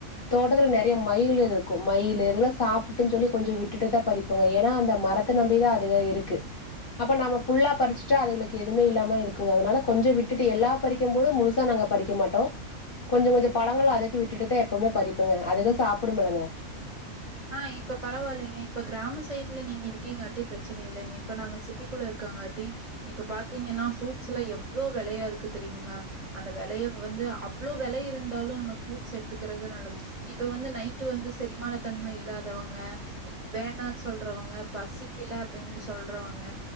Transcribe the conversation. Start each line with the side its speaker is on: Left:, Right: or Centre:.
Left: தோட்டத்துல நெறைய மயில் இருக்கும் மயிலு இதுல்லா சாப்ட்டுன்னு சொல்லி கொஞ்சோ விட்டுட்டு தா பறிப்போங்க ஏன்னா அந்தம் மரத்தை நம்பிதா அதுக இருக்கு அப்ப நாம புல்லா பறிச்சுட்டா அதுளுக்கு எதுமே இல்லாம இருக்குங்க அதனால கொஞ்சோ விட்டுட்டு எல்லா பறிக்கும் போது முழுசா நாங் க பறிக்க மாட்டோ கொஞ்சோ கொஞ்சோ பழங்கள அதுக்கு விட்டுட்டுதா எப் பவுமே பறிப்புங்க அதுக சாப்டுமல்லங்க
Right: ஆ இப்ப பரவால்லிங்க இப்ப கிராம சைட்ல நீங்க இருக்கீங்காட்டி பிரச்சனை இல்லைங்க இப்ப நாங்க சிட்டிக்குள்ள இருக் ங்காட்டி இப்ப பாத்தீங்கன்னா ஃப்ரூட்ஸ் எல்லா எவ்ளோ வெலையா இருக்கு தெரியுங்களா அந்த வெலைய வந்து அவ்ளோ வெலை இருந்தாலு நம்ம ஃப்ரூட்ஸ் எடுத்துக்கிறது நல்லது இப்ப வந்து நைட்டு வந்து செரிமான தன்மை இல்லாதவங்க இ வேணாம்னு சொல்றவங்க பசிக்கல அப்டின்னு சொல்லி சொல்றவங்க